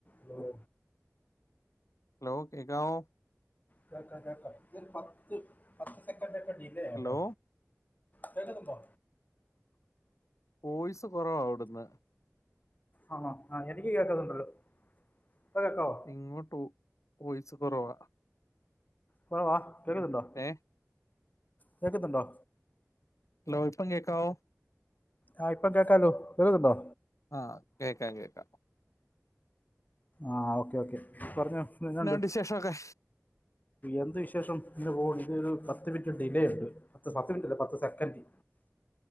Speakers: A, on the left (about 30°); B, on the left (about 75°).
A: ഹലോ
B: ഹലോ കേൾക്കാവോ?
A: കേൾക്കാം, കേൾക്കാം, ഇത് ഒര് പത്ത് പത്ത് സെക്കൻഡ് ഒക്കെ ഡിലേ
B: ഹലോ
A: ആട്ടോ. കേൾക്കുന്നുണ്ടോ?
B: വോയിസ് കുറവാ അവിടുന്ന്.
A: ആണോ ആ എനിക്ക് കേൾക്കുന്നുണ്ട്. ഇപ്പോ കേൾക്കാവോ?
B: ഇങ്ങോട്ട് വോയിസ് കുറവാ.
A: കുറവാ
B: ഒരു
A: കേൾക്കുന്നുണ്ടോ,
B: മിനിറ്റ് ഏ
A: കേൾ ക്കുന്നുണ്ടോ?
B: ഹലോ ഇപ്പം കേൾക്കാവോ?
A: ആ ഇപ്പം കേൾക്കാലോ, കേൾക്കുന്നുണ്ടോ?
B: ആഹ് കേൾക്കാം, കേൾക്കാം.
A: ആഹ്, ഓക്കെ ഓക്കെ പറഞ്ഞോ, എന്തൊക്കെ
B: എന്നാ
A: ഇണ്ട്?
B: ഉണ്ട് വിശേഷമൊക്കെ
A: എന്ത് വിശേഷം ഇങ്ങനെ പോവുണു, ഇത് ഒരു പത്ത് മിനിറ്റ് ഡിലേ ഉണ്ട് പത്ത് പത്ത് മിനിറ്റ് അല്ല പത്ത് സെക്കൻഡ്.